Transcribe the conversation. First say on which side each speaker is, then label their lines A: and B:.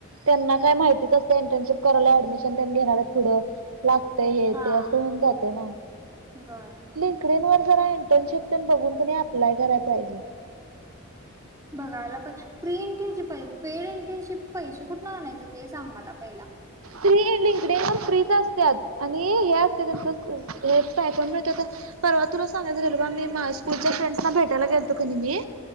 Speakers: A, on the right (about 85°); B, on the right (about 15°).
A: त्यांना काय माहितीच असत इंटर्नशिप करायला ऍडमिशन त्यांनी घेणार आहेत. पुढ लागतय हे
B: हा
A: ते अस होऊन जात <inaudible> <unintelligible>
B: बर
A: <unintelligible> इंटर्नशिप तेन बघून कणाय अप्लाय कराय पाहिजे.
B: बघायला पाहिजे. फ्री इंटर्नशिप पाहिजे पेड इंटर्नशिप पैसे कुठन आणायच ते सांग मला पहिला.
A: फ्री लिंकडे फ्री च असतात आणि हे असते त्यांच पॅटर्न मिळत, परवा तुला सांगायच राहिल मी स्कूलच्या फ्रेंडसना भेटायला गेलतो कनाय मी